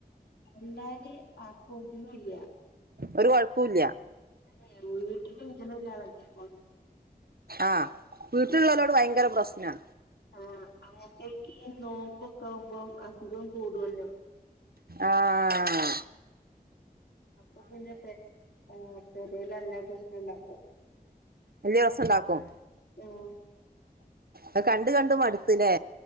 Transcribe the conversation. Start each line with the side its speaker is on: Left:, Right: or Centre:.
Left: കണ്ടാല് ആൾക്ക് ഒന്നുംല്ല.
Right: ഒരു കുഴപുല്ല്യ.
Left: ഏ എ വീട്ടിലും ഇങ്ങനൊരാള്ല്ല്യ ഒ
Right: ആഹ വീട്ടിലുള്ളവരോട് ഭയങ്കര പ്രശ്ന.
Left: ആ അങ്ങനത്തെയക്കെ ഈ നോമ്പൊക്കെ ആാവുമ്പോം അസുഖം കൂടുല്ലോ
Right: ആഹ
Left: അപ്പൊ പിന്നെ പെരയില നല്ലാ പ്രശ്നുണ്ടക്കും.
Right: വലിയ സം ഉണ്ടാക്കും.
Left: ഉം
Right: അഹ് കണ്ട് കണ്ട് മട് ത് ല്ലേ